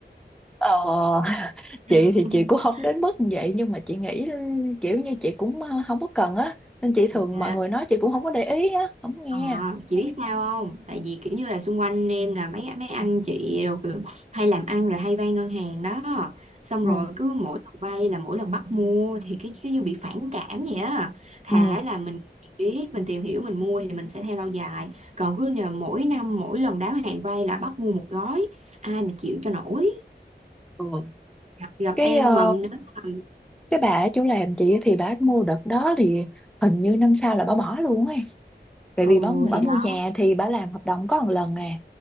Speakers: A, in the centre; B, on the right.
A: ờ, <laughs>
B: <laughs>
A: chị thì chị cũng không đến mức như vậy nhưng mà chị nghĩ ừ, kiểu như chị cũng ờ, không có cần á nên chị thường
B: À,
A: mọi người nói chị cũng không có để ý á không nghe
B: À, chị biết sao không? Tại vì kiểu như là xung quanh em là mấy mấy anh chị rồi kiểu hay làm ăn rồi hay vay ngân hàng đó. Xong
A: ừ,
B: rồi cứ mỗi lần vay là mỗi lần bắt mua thì cái cứ như bị phản cảm vậy á. Thà
A: ừ,
B: là mình biết mình tìm hiểu mình mua thì mình sẽ theo lâu dài. Còn cứ nhờ mỗi năm mỗi lần đáo hạn vay là bắt mua một gói, ai mà chịu cho nổi.
A: ừ.
B: Gặp, gặp
A: cái
B: em
A: ờ,
B: mà nếu mà
A: cái bà ở chỗ làm chị thì bà mua đợt đó thì hình như năm sau là bà bỏ luôn ấy tại
B: ừ
A: vì bà,
B: thì
A: bà mua
B: đó.
A: nhà thì bà làm hợp đồng có một lần à